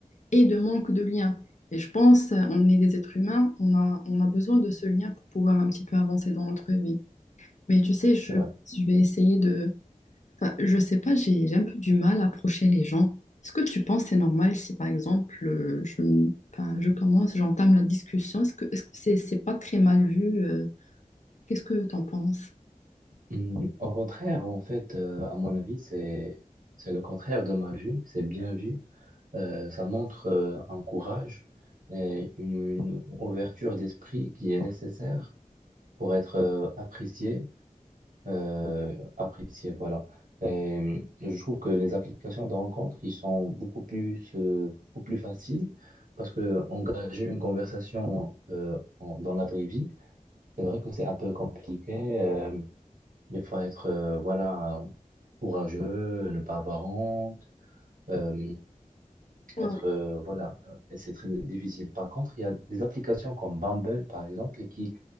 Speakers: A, on the left; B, on the right.
A: et de manque de lien. Et je pense, on est des êtres humains, on a, on a besoin de ce lien pour pouvoir un petit peu avancer dans notre vie. Mais tu sais, je,
B: C'est vrai.
A: je vais essayer de... Enfin, je sais pas, j'ai j'ai un peu du mal à approcher les gens. Est-ce que tu penses que c'est normal si, par exemple, euh, je, enfin, je commence, j'entame la discussion? Est-ce que, est-ce que c'est, c'est pas très mal vu, euh, Qu'est-ce que t'en penses?
B: Mm, Au contraire, en fait, euh, à mon avis, c'est c'est le contraire de mal vu, c'est bien vu. Euh, ça montre euh, un courage et une, une ouverture d'esprit qui est nécessaire pour être euh, apprécié, euh, apprécié, voilà. Et je trouve que les applications de rencontre, ils sont beaucoup plus, euh, beaucoup plus faciles parce que engager une conversation euh, en- dans la vraie vie, c'est vrai que c'est un peu compliqué. euh, il faut être, euh, voilà, courageux, ne pas avoir honte. euh,
A: Ouais.
B: être, euh, voilà, et c'est très difficile. Par contre, il y a des applications comme Bumble, par exemple, qui